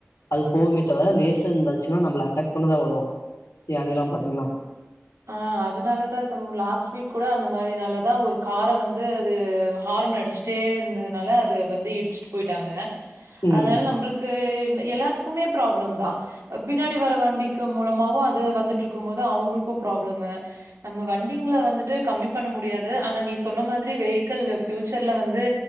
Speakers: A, on the left; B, on the right.
A: அது போவுமே தவிர லேசர் இருந்தாச்சுன்னா நம்பள அட்டாக் பண்ணதா வரும் யானைலாம் பாத்தீங்கன்னா
B: ஆஹ் அதனாலதான் தம்பு லாஸ்ட் வீக் கூட அந்த மாதிரி நாலதான் ஒரு காரை வந்து அது ஹார்ன் அடிச்சிட்டே இருந்ததுனால அது வந்து இடிச்சிட்டு போயிட்டாங்க
A: ம்
B: அதனால நம்மளுக்கு எல்லாத்துக்குமே ப்ராப்ளம் தான் பின்னாடி வர வண்டிக்கு மூலமாகும் அது வந்துட்டு இருக்கும் போது அவங்களுக் ப்ராப்ளம் நம்ம வண்டிங்கள வந்துட்டு கம்மி பண்ண முடியாது ஆனா நீ சொன்ன மாதிரி வெஹிக்கள் ஃபியயூச்சர்ல வந்து